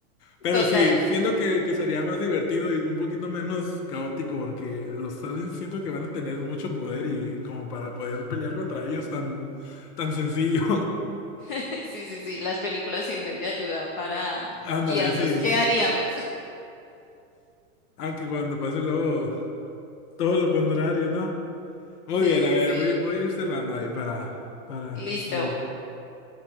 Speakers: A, on the left; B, on the left.
A: Pero
B: Total.
A: sí, siento que, que sería más divertido y un poquito menos caótico porque los aliens siento que van a tener mucho poder y como para poder pelear contra ellos tan, tan sencillo.
B: <laughs> Sí, sí, sí. Las películas sirven de ayuda para
A: <laughs> Ándale,
B: guiarnos.
A: sí.
B: ¿Qué haríamos?
A: Aunque cuando pase luego... Todo lo contrario, ¿no?
B: <laughs>
A: Muy
B: Sí,
A: bien,
B: sí,
A: a ver,
B: sí.
A: voy, voy a ir cerrando ahí para, para,
B: Listo.
A: sí.